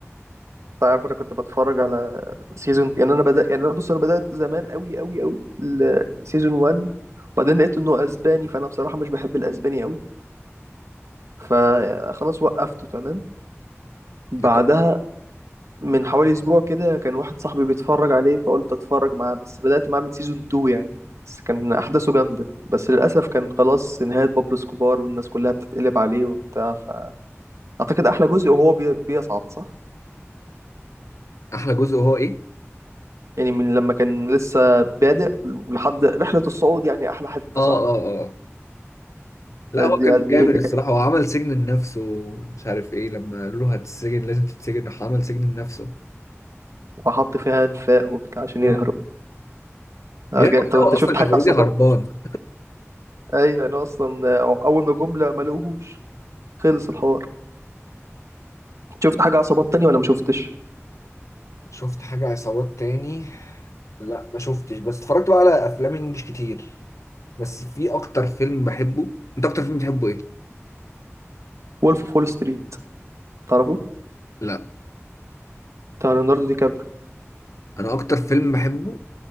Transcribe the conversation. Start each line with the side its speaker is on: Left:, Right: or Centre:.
Right: انت عارف انا كنت بتفرج على سيزون يعني انا بدأ يعني انا بص انا بدأت زمان قوي قوي قوي سيزون 1 وبعدين لقيت انه اسباني فانا بصراحة مش بحب الاسباني قوي فخلاص وقفته تمام بعدها
Left: ده طبعا
Right: من حوالي اسبوع كده كان واحد صاحبي بيتفرج عليه فقلت اتفرج معاه بس بدأت معاه من سيزون 2 يعني بس كان احداثه جامدة بس للاسف كان خلاص نهاية بابلو سكوبار والناس كلها بتتقلب عليه وبتاع فاعتقد احلى جزء وهو بي- بيصعد صح
Left: احلى جزء هو ايه
Right: يعني من لما كان لسه بادئ لحد رحلة الصعود يعني أحلى حتة
Left: اه اه
Right: صح؟
Left: اه لا هو
Right: دي
Left: كان
Right: قد
Left: جامد
Right: إيه كان
Left: الصراحة هو عمل سجن لنفسه ومش عارف ايه لما قالوا له هتتسجن لازم تتسجن راح عمل سجن لنفسه
Right: وحط فيها أنفاق وبتاع عشان
Left: اه
Right: يهرب آه،
Left: يعني
Right: جا- طب أنت
Left: هو
Right: شفت
Left: اصلا
Right: حاجة
Left: كان اوريدي
Right: عصابات؟
Left: هربان
Right: أيوة أنا أصلا آه، أول ما جملة ما لقوهوش خلص الحوار شفت حاجة عصابات تانية ولا ما شفتش؟
Left: شفت حاجة عصابات تاني لا ما شفتش بس اتفرجت بقى على افلام انجلش كتير بس في اكتر فيلم بحبه انت اكتر فيلم بتحبه ايه؟
Right: وولف أوف وول ستريت تعرفه؟
Left: لا
Right: بتاع ليوناردو دي كابري
Left: انا اكتر فيلم بحبه